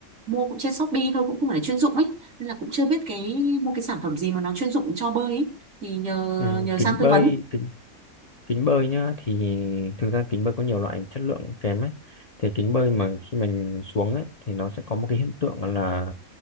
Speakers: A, on the right; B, on the left.
A: mua cũng trên Shopee thôi cũng không phải là chuyên dụng ấy nên là cũng chưa biết cái mua cái sản phẩm gì mà nó chuyên dụng cho bơi ấy thì nhờ
B: ừ,
A: nhờ
B: kính
A: sang tư
B: bơi
A: vấn
B: kính kính bơi nhá thì thực ra kính bơi có nhiều loại chất lượng kém ấy thì kính bơi mà khi mình xuống ấy thì nó sẽ có một cái hiện tượng là